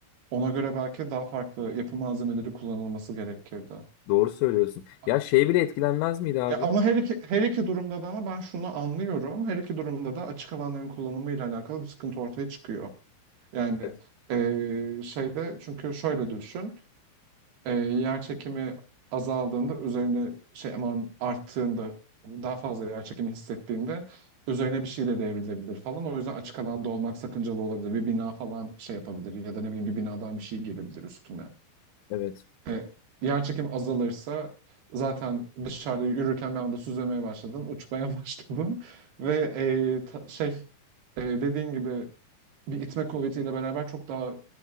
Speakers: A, on the right; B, on the left.
A: Ona göre belki daha farklı yapı malzemeleri kullanılması gerekirdi.
B: Doğru söylüyorsun.
A: Aynen.
B: Ya şey bile etkilenmez miydi abi?
A: Ya ama her iki, her iki durumda da ama ben şunu anlıyorum. Her iki durumda da açık alanların kullanımıyla alakalı bir sıkıntı ortaya çıkıyor. Yani
B: Evet.
A: eee, şeyde çünkü şöyle düşün. Eee yer çekimi azaldığında üzerine şey aman arttığında daha fazla yer çekimi hissettiğinde üzerine bir şey de devrilebilir falan. O yüzden açık alanda olmak sakıncalı olabilir. Bir bina falan şey yapabilir ya da ne bileyim bir binadan bir şey gelebilir üstüne.
B: Evet.
A: E, yer çekimi azalırsa zaten dışarıda yürürken bir anda süzülmeye başladın, uçmaya <laughs> başladın ve eee, ta- şey eee, dediğin gibi bir itme kuvvetiyle beraber çok daha